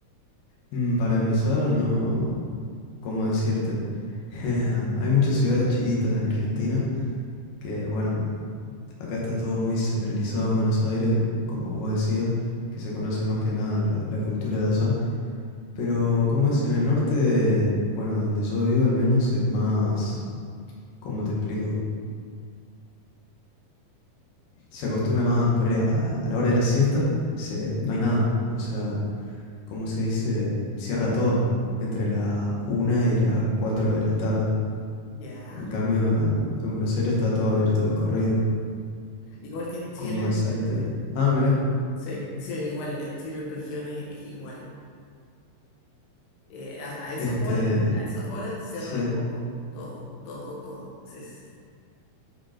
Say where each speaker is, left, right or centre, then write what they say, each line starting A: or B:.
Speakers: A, on the left; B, on the left.
A: Mm, Para empezar, no, ¿cómo decirte? <laughs> Em, hay muchas ciudades chiquitas en Argentina que, bueno, acá está todo muy centralizado en Buenos Aires, como vos decías, que se conoce más que nada la, la cultura de allá. Pero como es en el norte, bueno, donde yo vivo al menos es más, ¿cómo te explico? Se acostumbra más poner a, a la hora de la siesta, se, no hay nada, o sea, ¿cómo se dice? Cierra todo entre las una y las 4 de la tarde.
B: Ya,
A: En cambio, en, en Buenos Aires está todo abierto de corrido.
B: igual que en Chile
A: ¿Cómo
B: en
A: decirte?
B: región.
A: Ah, mira,
B: Sí, sí, es igual, en Chile en regiones es igual. Eh, a, a esas
A: este,
B: horas, a esas horas cierra
A: sí, eh.
B: todo, todo, todo, todo. Sí, sí, sí.